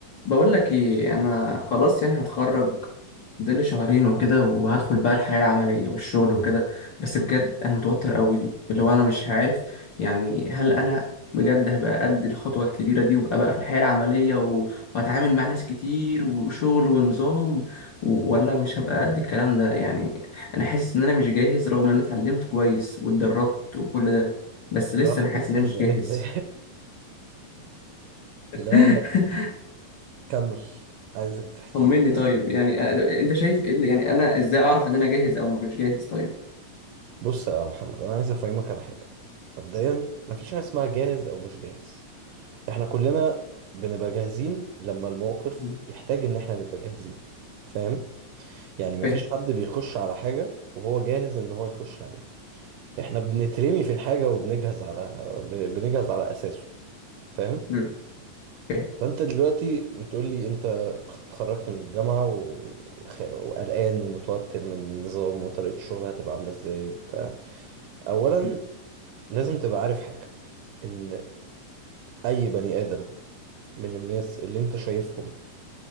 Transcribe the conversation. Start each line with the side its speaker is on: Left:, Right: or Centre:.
Left: بقول لك ايه انا خلاص يعني هتخرج فاضل شهرين وكده وهدخل بقى الحياة العملية والشغل وكده بس بجد انا متوتر قوي اللي هو انا مش عارف يعني هل انا بجد هبقى قد الخطوة الكبيرة دي وابقى بقى في الحياة العملية و- وهتعامل مع ناس كتير وشغل ونظام و- ولا مش هبقى قد الكلام ده يعني انا حاسس ان انا مش جاهز رغم ان انا اتعلمت كويس واتدربت وكل ده بس لسه
Right: بالراحة
Left: انا حاسس
Right: بس
Left: ان
Right: اهدى
Left: انا مش جاهز
Right: اهدى
Left: <laughs>
Right: <laughs> لا لا كمل عايزك تحكي
Left: طمني
Right: لي بس
Left: طيب يعني أ- انت شايف ايه اللي- يعني انا ازاي اعرف ان انا جاهز او مش جاهز طيب
Right: بص يا محمد انا عايز افهمك على حاجة مبدئيا مفيش حاجة اسمها جاهز او مش جاهز احنا كلنا بنبقى جاهزين لما الموقف
Left: مم.
Right: يحتاج ان احنا نبقى جاهزين فاهم يعني مفيش
Left: فاهم
Right: حد بيخش على حاجة وهو جاهز ان هو يخش عليها احنا بنترمي في الحاجة وبنجهز على ب- بنجهز على اساسه فاهم
Left: مم. فاهم
Right: فانت دلوقتي بتقول لي انت اتخرجت من الجامعة وخ... وقلقان ومتوتر من النظام وطريقة الشغل هتبقى عاملة ازاي وبتاع اولا
Left: مم.
Right: لازم تبقى عارف حاجة ان اي بني ادم من الناس اللي انت شايفهم